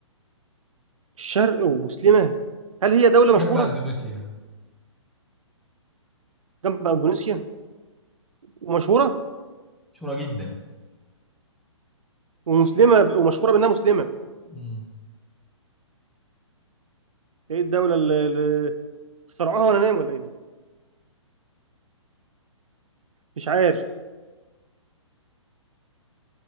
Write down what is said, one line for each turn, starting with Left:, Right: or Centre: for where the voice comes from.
Right: الشرق ومسلمة هل هي دولة
Centre: جنب
Right: مشهورة
Centre: أندونيسيا
Right: جنب إندونيسيا ومشهورة
Centre: مشهورة جدا
Right: ومسلمة ومشهورة بأنها مسلمة
Centre: مم.
Right: إيه الدولة اللي اللي اخترعوها وأنا نايم ولا إيه دي؟ مش عارف